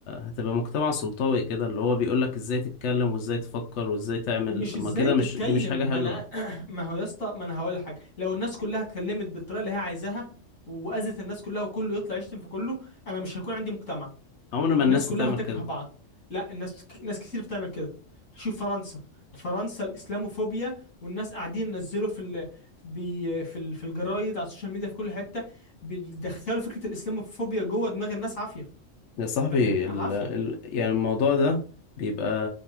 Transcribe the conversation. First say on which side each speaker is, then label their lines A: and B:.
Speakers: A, on the left; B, on the left.
A: هتبقى مجتمع سلطوي كده اللي هو بيقولك ازاي تتكلم وازاي تفكر وازاي تعمل
B: مش
A: ما
B: ازاي
A: كده
B: تتكلم
A: مش دي مش حاجة حلوة
B: ما انا <clears throat> ما هو يا اسطى ما انا هقول لك حاجه لو الناس كلها اتكلمت بالطريقه اللي هي عايزاها واذت الناس كلها وكله يطلع يشتم في كله انا مش هيكون عندي مجتمع
A: عمر ما
B: الناس
A: الناس
B: كلها
A: هتعمل
B: هتكره
A: كده
B: بعض لا الناس ناس كتير بتعمل كده شوف فرنسا فرنسا الاسلاموفوبيا والناس قاعدين ينزلوا في ال... بي... في ال... في الجرايد على السوشيال ميديا في كل حته بيدخلوا فكره الاسلاموفوبيا جوه دماغ الناس عافيه
A: يا صاحبي
B: انت فاهم عافيه
A: ال... ال... يعني الموضوع ده بيبقى